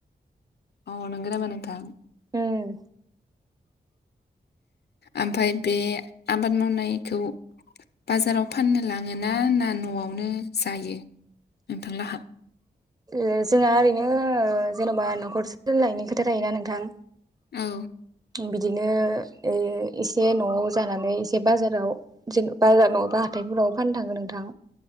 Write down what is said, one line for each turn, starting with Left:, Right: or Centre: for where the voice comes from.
Left: अ नोंगो नामा नोंथां?
Right: उम
Left: ओमफाय बे आबाद मावनायखौ बाजाराव फाननो लाङो ना ना न'आवनो जायो नोंथांलाहा
Right: ओ जोंहा ओरैनो ओ जेन'बा न'खर <unintelligible> खोथा थायो ना नोंथां
Left: औ
Right: बिदिनो ओ एसे न'आव जानानै एसे बाजाराव जेन बाजार न' बा हाथाइफोराव फाननो थाङो नोंथां।